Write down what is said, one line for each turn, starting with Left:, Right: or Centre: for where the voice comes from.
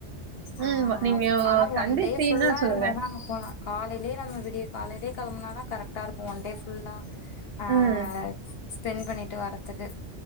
Left: ஆ
Right: ம் நீங்க
Left: ஆனா
Right: சண்டே
Left: ஒன் டே
Right: ஃப்ரீன்னா
Left: ஃபுல்லா
Right: சொல்லுங்க.
Left: இருந்தா தா அங்க போலா காலைலே நம்ம விடிய காலைலே கெளம்புனாதா கரெக்டா இருக்கு ஒன்டே ஃபுல்லா ஆ
Right: ம்.
Left: ஸ்பெண்ட் பண்ணிட்டு வர்றதுக்கு